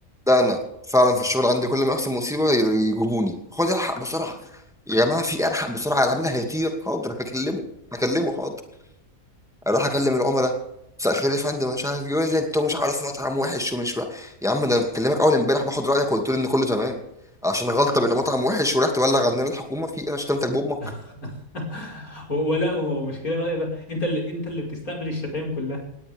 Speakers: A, in the centre; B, on the left.
A: ده انا فعلا في الشغل عندي كل ما يحصل مصيبه يجيبوني خد الحق بسرعه يا جماعه في إيه؟ الحق بسرعه اللي عاملها هيطير حاضر هكلمه هكلمه حاضر اروح اكلم العملاء مساء الخير يا فندم مش عارف يقول لي انت مش عارف مطعم وحش ومش بقى. يا عم ده انا مكلمك اول امبارح باخد رايك وقلت لي ان كله تمام عشان
B: <laughs>
A: غلطه
B: اه
A: بان مطعم وحش ورحت تبلغ عننا الحكومه في إيه؟ انا شتمتك بامك
B: <laughs> ولا ومشكله بقى, إيه بقى انت اللي انت اللي بتستقبل الشتايم كلها